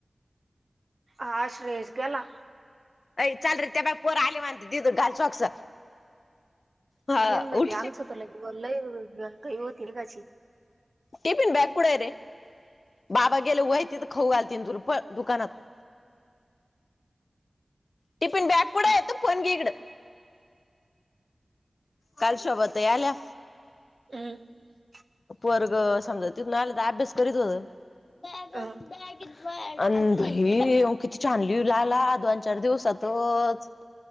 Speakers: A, on the right; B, on the left.
A: हा श्रेयस गेला
B: ऐ चाल रे त्या बाय पोरं आलेल म्हंत दि तो घाल सॉक्स हा
A: गेल लगे
B: उठ
A: आमचं तर लगे लय घाई होती लगाची
B: टिफिन बॅग कुठंय रे बाबा गेले व्हय तीथ खाऊ घालतील तुला पळ दुकानात <inaudible> टिफिन बॅग कुठंय तो फोन घे हिकडं काल शोभा ताई आल्या
A: हम
B: पोरगं समजा तिथनं आला तर अभ्यास करीत होत
A: अह
B: अन भई किती ह्यो छान लिहु लागला दोन चार दिवसातच <inaudible>